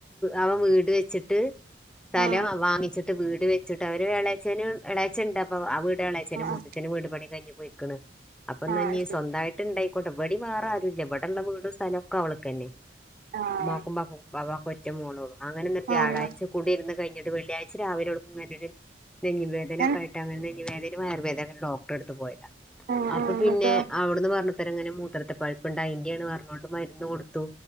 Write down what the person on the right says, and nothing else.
ആഹ്
ആഹ്
ആഹ്
ശരി
ആഹ്
ആഹ്
ഏഹ്
ആഹ്
ആഹ് എന്നിട്ടോ